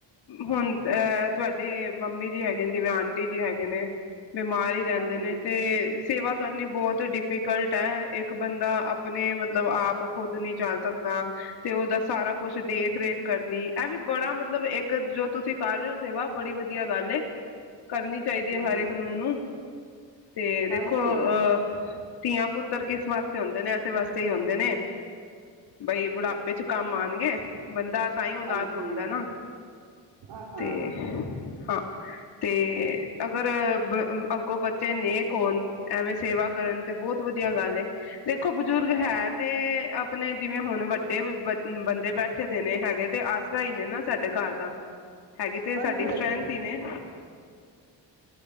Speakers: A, on the left; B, on the right.
A: ਹੁਨ ਅਹ ਤੁਹੈਡੇ ਮੰਮੀ ਜੀ ਹੈਗੇ ਨੇ ਜਿਵੇਂ, ਆਂਟੀ ਜੀ ਹੈਗੇ ਨੇ ਬਿਮਾਰ ਈ ਰੈੰਦੇ
B: ਹਾਂਜੀ
A: ਨੇ ਤੇ ਸੇਵਾ ਕਰਨੀ ਬੌਤ ਡਿਫੀਕਲਟ ਐ, ਏਕ ਬੰਦਾ ਅਪਨੇ ਮਤਲਬ, ਆਪ ਖੁਦ ਨੀ ਚੱਲ ਸਕਦਾ, ਤੇ ਓਦਾ ਸਾਰਾ ਕੁਛ ਦੇਖ-ਰੇਖ ਕਰਨੀ, ਐ ਵੀ ਬੜਾ ਮਤਲਬ ਏਕ ਜੋ ਤੁਸੀਂ ਕਰ ਰੇਔ ਸੇਵਾ, ਬੜੀ ਵਧੀਆ ਗੱਲ ਏ। ਕਰਨੀ ਚਾਈਦੀ ਏ,
B: ਹੂੰ
A: ਹਰ ਏਕ ਨੂੰਹ ਨੂੰ। ਤੇ ਦੇਖੋ
B: ਹਾਂਜੀ
A: ਅਹ ਧੀਆਂ ਪੁੱਤਰ ਕਿਸ ਵਾਸਤੇ ਹੁੰਦੇ ਨੇ, ਐਸੇ ਵਾਸਤੇ ਹੀ ਹੁੰਦੇ ਨੇ। ਬਈ ਬੁਢਾਪੇ ਚ ਕੰਮ ਆਣਗੇ। ਬੰਦਾ ਤਾਂ ਈ ਔਲਾਦ
B: ਹਾਂਜੀ
A: ਮੰਗਦੈ ਨਾ
B: ਹਾਂ ਹਾਂ
A: ਤੇ ਅ ਤੇ ਅਗਰ ਬ ਅੱਗੋਂ ਬਚ ਚੇ ਨੇਕ ਹੋਣ, ਐਵੇਂ ਸੇਵਾ ਕਰਨ, ਤੇ ਬੌਤ ਵਧੀਆ ਗੱਲ ਏ। ਦੇਖੋ ਬਜ਼ੁਰਗ
B: ਹਾਂ,
A: ਹੈ ਤੇ ਅਪਣੇ, ਜਿਵੇਂ ਹੁਣ ਵੱਡੇ ਬ ਬੰਦੇ ਬੈਠ ਠੇ ਦੇਣੇ ਹੈਗੇ ਤੇ ਆਸਰਾ ਈ ਨੇ ਨਾ ਸਾਡੇ ਘਰ ਦਾ। <inaudible> ਹੈਗੀ ਤੇ
B: ਹਾਂਜੀ
A: ਸਾਡੀ ਸਟਰ੍ਰੈਂਥ
B: ਹਾਂਜੀ
A: ਹੀ ਨੇ।